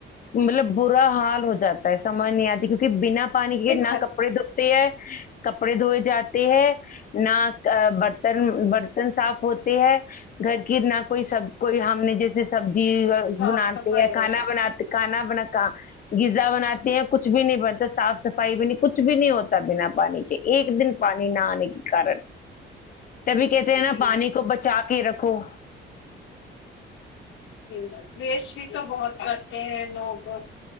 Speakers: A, on the left (about 45°); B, on the left (about 80°).
A: مطلب برا حال ہو جاتا ہے سمجھ نہیں آتی کیونکہ بنا پانی کے
B: دقت
A: نہ کپڑے دو کپڑے دھوئے جاتے ہیں نہ برتن برتن صاف ہوتے ہیں گھر کی نہ کوئی سب کوئی ہم نے جیسے جی
B: صاف
A: بناتے
B: صفائی
A: ہیں کھانا بناتے کھانا بنا کہ غذا بناتے ہیں کچھ بھی نہیں بنتا صاف صفائی بھی نہیں کچھ بھی نہیں ہوتا بنا پانی کے ایک دن پانی نہ آنے کے کارن تبھی کہتے ہیں
B: جی
A: نا پانی کو بچا کے رکھو
B: ج ویسٹ بھی تو بہت کرتے ہیں لوگ بہت